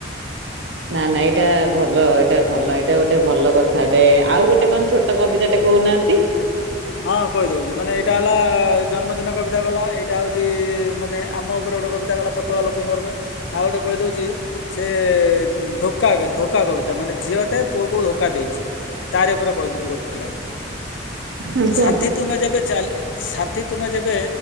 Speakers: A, on the right; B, on the left.
A: ନା ନାଇ ଏଇଟା ଭଲ ଏଇଟା ଭଲ ଏଇଟା ଗୋଟେ ଭଲ କଥାଟେ ଆଉ ଗୋଟେ କଣ ଛୋଟ କବିତାଟେ କହୁନାହାନ୍ତି।
B: ହଁ କହିଦଉଛି ମାନେ ଏଇଟା ହେଲା ଜନ୍ମଦିନ କବିତା ଗଲା ଏଇଟା ହେଉଛି ମାନେ ଆମ ଉପରେ ଗୋଟେ କବିତା ଗଲା ପତଳା ଲୋକଙ୍କ ଉପରେ ଆଉ ଗୋଟେ କହିଦେଉଛି ସେ ଧୋକା ଧୋକା କବିତା ମାନେ ଝିଅଟେ ପୁଅକୁ ଧୋକା ଦେଇଛି ତାର ଉପରେ କହିଦେଉଛି ଗୋଟେ ଲାଇନ୍
A: ହୁଁ କୁହନ୍ତୁ
B: ଛାତି ତୁମେ ଯେବେ ଚାଲେ ସାଥି ତୁମେ ଯେବେ